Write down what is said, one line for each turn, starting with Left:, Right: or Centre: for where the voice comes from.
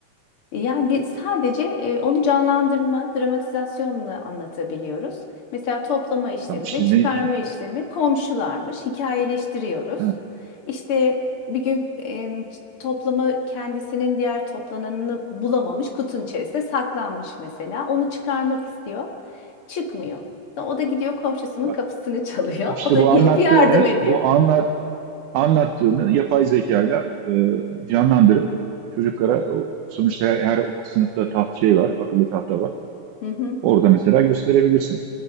Left: Yani bir sadece e, onu canlandırma, dramatizasyonla anlatabiliyoruz. Mesela toplama işlemi
Right: Tam işte
Left: ve çıkarma
Right: ne?
Left: işlemi komşularmış, hikayeleştiriyoruz.
Right: Ha,
Left: İşte bir gün e, toplama kendisinin diğer toplananını bulamamış, kutunun içerisinde saklanmış mesela. Onu çıkarmak istiyor, çıkmıyor. Sonra O da gidiyor komşusunun
Right: bak,
Left: kapısını çalıyor.
Right: bak
Left: <laughs>
Right: işte
Left: O da
Right: bu
Left: gelip
Right: anlattığını,
Left: yardım ediyor.
Right: bu anlat, anlattığını yapay zekayla e, canlandırıp çocuklara o, sonuçta her, her okul- sınıfta taht şey var, akıllı tahta var.
Left: Hı hı.
Right: Orada mesela gösterebilirsin.